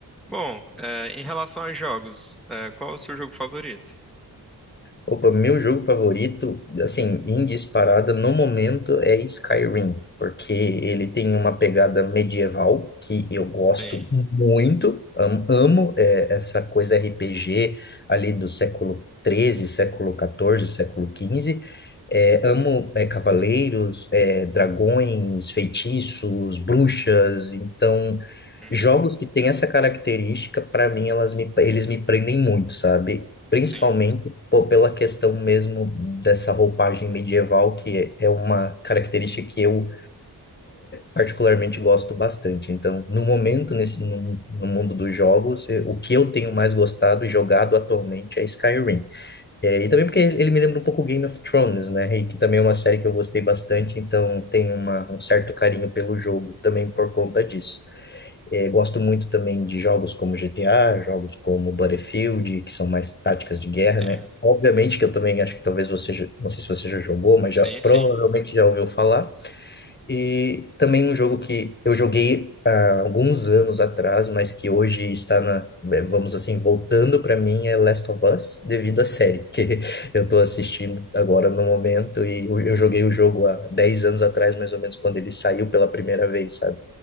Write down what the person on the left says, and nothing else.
Opa, meu jogo favorito, assim, em disparada no momento é Skyrim, porque ele tem uma pegada medieval que eu gosto
muito, am- amo, é, essa coisa RPG ali do século treze, século XIV, século quinze, É, amo é, cavaleiros, é, dragões, feitiços, bruxas, então
Jogos que têm essa característica, para mim, elas me, eles me prendem muito, sabe? Principalmente
pô, pela questão mesmo dessa roupagem medieval, que é é uma característica que eu particularmente gosto bastante. Então, no momento, nesse, no, no mundo dos jogos, eh, o que eu tenho mais gostado e jogado atualmente é Skyrim. É, e também porque ele ele me lembra um pouco Game of Thrones, né? E que também é uma série que eu gostei bastante, então tenho uma, um certo carinho pelo jogo também por conta disso. É, gosto muito também de jogos como GTA, jogos como Battlefield, que são mais táticas de guerra,
né? Obviamente que eu também acho que talvez você, já- não sei se você já jogou, mas
já provavelmente
já ouviu falar. E também um jogo que eu joguei há alguns anos atrás, mas que hoje está na, eh, vamos assim, voltando para mim é Last of Us, devido à série que <laughs> eu tô assistindo agora no momento e eu eu joguei o jogo há 10 anos atrás, mais ou menos, quando ele saiu pela primeira vez, sabe?